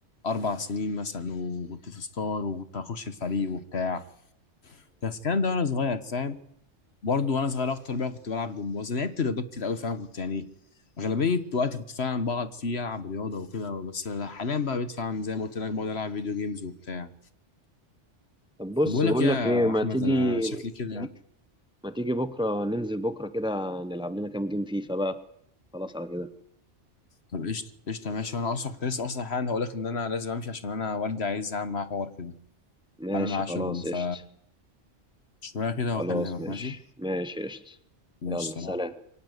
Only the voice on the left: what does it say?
اربع سنين مثلا وكنت في ستار وكنت هخش الفريق وبتاع بس الكلام ده وانا صغير فاهم برضو وانا صغير اكتر بقى كنت بلعب جمباز أنا لعبت رياضات كتير قوي فاهم كنت يعني اغلبيه وقتي كنت فعلا بقعد فيه العب رياضه وكده بس حاليا بقى بقيت فعلا زي ما قلت لك بقعد العب فيديو جيمز وبتاع
طب بقول
لك إيه يا
احمد
انا شكلي كده
طب قشطه قشطه ماشي وانا اصلا كنت لسه اصلا حالا هقول لك ان انا لازم امشي عشان انا والدي عايز اعمل معاه حوار كده
عامل معاه
شغل ف
شوية كده
وأكلمك
ماشي
ماشي
سلام